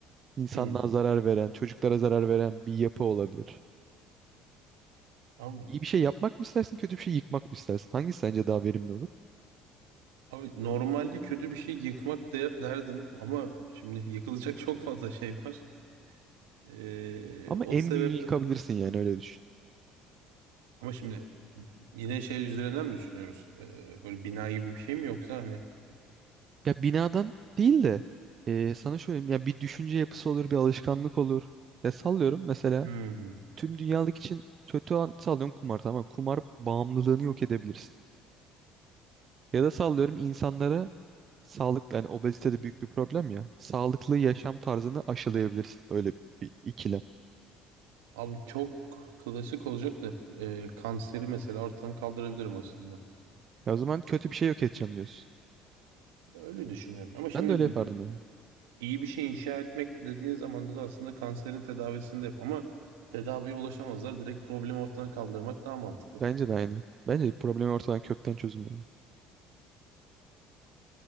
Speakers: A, on the right; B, on the right.
A: insanlığa
B: Hı.
A: zarar veren, çocuklara zarar veren bir yapı olabilir.
B: Abi,
A: İyi bir şey yapmak mı istersin, kötü bir şey yıkmak mı istersin? Hangisi sence daha verimli olur?
B: abi normalde kötü bir şey yıkmak de- derdim ama şimdi yıkılacak çok fazla şey var. Ee,
A: Ama
B: o
A: en
B: sebeple
A: büyüğünü yıkabilirsin yani öyle düşün.
B: ama şimdi yine şey üzerinden mi düşünüyoruz? Ee, böyle bina gibi bir şey mi yoksa hani
A: Ya binadan değil de e, sana şöyle ya bir düşünce yapısı olur, bir alışkanlık olur. Ya sallıyorum mesela
B: Hmm.
A: tüm dünyalık için kötü an sallıyorum kumar tamam mı? Kumar bağımlılığını yok edebilirsin. Ya da sallıyorum insanlara sağlıklı hani obezite de büyük bir problem ya. Sağlıklı yaşam tarzını aşılayabilirsin. Öyle bir ikilem.
B: Abi çok klasik olacak da e, kanseri mesela ortadan kaldırabilirim aslında.
A: Ya o zaman kötü bir şey yok edeceğim diyorsun.
B: Öyle düşünüyorum. Ama şimdi
A: Ben de öyle yapardım ya.
B: İyi bir şey inşa etmek dediğin zaman da aslında kanserin tedavisini de yap. Ama tedaviye ulaşamazlar. Direkt problemi ortadan kaldırmak daha mantıklı.
A: Bence de aynı. Bence problemi ortadan kökten çözüm yani.